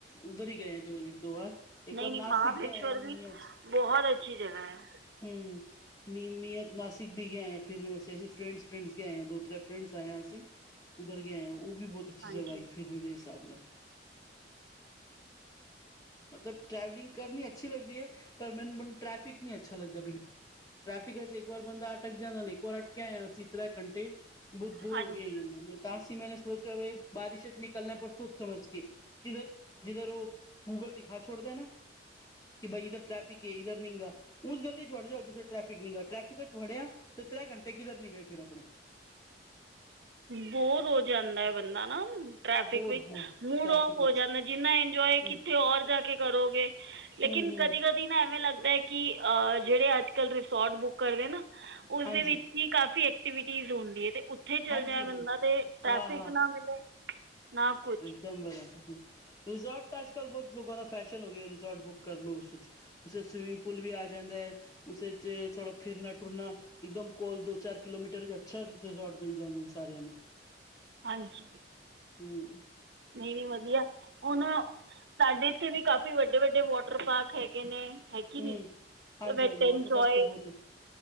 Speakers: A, on the left; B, on the right.
A: ਉਧਰ ਹੀ ਗਏ ਜੋ ਦੋ ਵਾਰ ਇੱਕ
B: ਨਹੀਂ
A: ਵਾਰ
B: ਨਹੀਂ
A: ਨਾਸਿਕ
B: ਮਹਾਬਲੇਸ਼ਵਰ
A: ਗਏ ਮੀਹ
B: ਵੀ ਬਹੁਤ ਅੱਛੀ ਜਗ੍ਹਾ ਹੈ।
A: ਹਮ। ਨਹੀਂ ਮੈਂ ਨਾਸਿਕ ਵੀ ਗਏਂ ਫਿਰ ਵਾਤੇ ਅਸੀਂ ਫਰੈਂਡਸ ਫਰੈਂਡਸਏ ਹਾਂ ਦੋ ਤੈ ਫਰੈਂਡਸ ਆਇਆਂ ਸੀ। ਉੱਧਰ ਗ ਆਏ ਉਹ ਵੀ ਬਹੁਤ ਅੱਛੀ
B: ਹਾਂਜੀ
A: ਜਗ੍ਹਾ ਸੀ ਫਿਰਨ ਦੇ ਹਿਸਾਬ ਨਾਲ। ਮਤਲਬ ਟਰੈਵਲਿੰਗ ਕਰਨੀ ਅੱਛੀ ਲੱਗਦੀ ਹੈ ਪਰ ਮੈਨੂੰ ਮੈਨੂੰ ਟ੍ਰੈਫਿਕ ਨੀ ਅੱਛਾ ਲੱਗਦਾ ਬਿਲਕੁਲ। ਟ੍ਰੈਫਿਕ ਚ ਇੱਕ ਵਾਰ ਬੰਦਾ ਅਟਕ ਜਾਦਾ ਇੱਕ ਵਾਰ ਅਟਕੇਿਆ ਅਸੀਂ ਤ੍ਰ ਘੰਟੇ ਬਹੁਤ ਬੋਰ
B: ਹਾਂਜੀ
A: ਹੋ ਗਿਆਈੈਂ ਤਾਸੀ ਮੈਂ ਸੋਚਵੇ ਬਾਰਿਸ਼ ਨਿਕਲਣਾ ਪਰ ਸੋਚ ਸਮਝ ਕੇ ਜਿਧਰ ਜਿਧਰ ਉਹ ਗੂਗਲ ਦਿਖਾ ਛੋੜਦਾ ਨਾ ਕਿ ਬਾਈ ਇਧਰ ਟ੍ਰੈਫਿਕ ਹੈ ਇਧਰ ਨੀਗਾ ਉਸ ਗੱਲੀ 'ਚ ਵੜ ਜਾਓ ਜਿਥੇ ਟ੍ਰੈਫਿਕੀ ਟ੍ਰੈਫਿਕ 'ਚ ਵੜਿਆ ਤੇ ਤਰੈ ਘੰਟੇ ਕਿਧਰ ਨੀ ਗਏ ਫਿਰ ਆਪਣੇ-
B: ਬੋਰ ਹੋ ਜਾਂਦਾ ਹੈ। ਬੰਦਾ ਨਾ- ਟ੍ਰੈਫਿਕ
A: ਬਹੁਤ
B: ਵਿਚ
A: ਬਹੁਤ
B: ਮੂਡ
A: ਟ੍ਰੈਫਿਕ
B: ਆਫ ਹੋ
A: ਚ
B: ਜਾਦਾ ਜਿਨਾ ਇੰਜੋਏ
A: ਹੂੰ
B: ਕਿਥੇ ਔਰ ਜਾ ਕੇ ਕਰੋਗੇ- ਲੇਕਿਨ
A: ਹੂੰ ਹੂੰ
B: ਕਦੀ -ਕਦੀ- ਨਾ ਐਵੇ ਲਗਦਾ ਹੈ। ਕਿ ਅਹ ਜਿਹੜੇ ਅਜ ਕਲ ਰਿਸੋਰਟ ਬੁੱਕ ਕਰਦੇ ਨਾ ਉਸਦੇ
A: ਹਾਂਜੀ
B: ਵਿਚ- ਕੀ ਕਾਫੀ ਐਕਟੀਵਿਟੀਜ਼ ਹੁੰਦੀ ਹੈ। ਤੇ- ਉਥੇ ਚੱਲ
A: ਹਾਂਜੀ
B: ਜਾਏ
A: ਹਾਂਜੀ
B: ਬੰਦਾ ਤੇ ਟ੍ਰੈਫਿਕ
A: ਹਾਂ
B: ਨਾ ਮਿਲੇ ਨਾ ਕੁਛ-
A: ਮ ਬਰਾਬਰ ਹ ਰਿਜ਼ੋਰਟ ਤਾਂ ਆੱਜ ਕਲ ਬਹੁਤ ਲੋਕਾਂ ਦਾ ਫੈਸ਼ਨ ਹੋ ਗਿਆ ਰਿਸੋਰਟ ਬੁੱਕ ਕਰ ਲੋ ਉਸ- ਉੇ ਸਵਿਮਿੰਗ ਪੂਲ ਵੀ ਆ ਜਾਦਾ ਹੈ। ਥੋੜਾ ਫਿਰਨਾ ਟੁਰਨਾ ਇਕਦਮ ਕੋਲ ਦੋ ਚਾਰ ਕਿਲੋਮੀਟਰ ਅਛਾ ਸ਼- ਮਿਲ ਜਾਦੇ ਨੇ ਸਾਰਿਆਂ ਨੂੰ-
B: ਹਾਂਜੀ-
A: ਹੂੰ -
B: ਦੀਦੀ ਵਧੀਆ ਹੁਣ ਨਾ ਸਾਡੇ ਇਥੇ ਵੀ ਕਾਫੀ ਵਡੇ- ਵਡੇ ਵੋਟਰ ਪਾਰਕ ਹੈਗੇ ਨੇ- ਹਾਂਜੀ
A: ਹੂੰ
B: ਦੀਦੀ
A: ਹਾਂਜੀ
B: ਵੈਟਨਜੋਏ-
A: ਹਾਂਜੀ ਵਾਟਰ ਪਾਰਕ ਤਾਂ ਬਹੁਤ